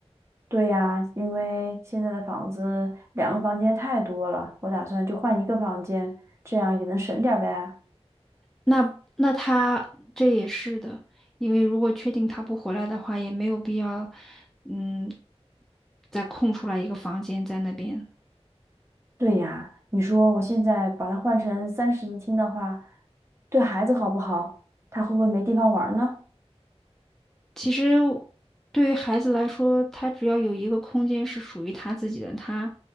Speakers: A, on the right; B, in the centre.
A: 对呀，因为现在的房子两个房间太多了，我打算就换一个房间，这样也能省点儿呗。
B: 那那他这也是的，因为如果确定他不回来的话，也没有必要，嗯，再空出来一个房间在那边。
A: 对呀，你说我现在把它换成三室一厅的话，对孩子好不好？他会不会没地方玩儿呢？
B: 其实对于孩子来说，他只要有一个空间是属于他自己的，他